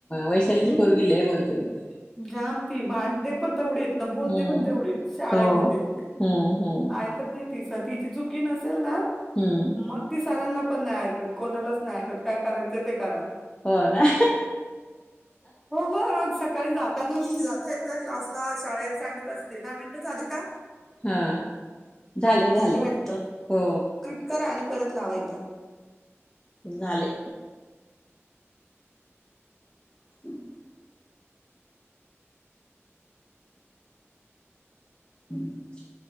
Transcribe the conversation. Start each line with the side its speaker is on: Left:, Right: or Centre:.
Left: वैशालीची
Centre: हम्म
Left: पोरगी लय बोलते बोलते.
Centre: जाम ती, भांडते पण तवढीच बोलते
Left: हम्म
Centre: पण तेवढीच शाळेमध्ये
Left: हो हम्म हम्म
Centre: ऐकत नाही ती साठी तिजी चुकी नसेल ना
Left: हम्म.
Centre: मग ती सरांना पण नाही ऐकत, कोणालाच नाही ऐकत, काय करायचंय ते करा.
Left: हो, ना.
Centre: हो मग रोज सकाळी सकाळी जाताना मी जाता येता क्लासला शाळेत सांगत असते, दहा मिनटं झाली का?
Left: हा, झाले -झाले
Centre: झाली वाटतं
Left: हो.
Centre: कट करा, आणि परत लावा एकदा-
Left: झाले. <inaudible> <inaudible>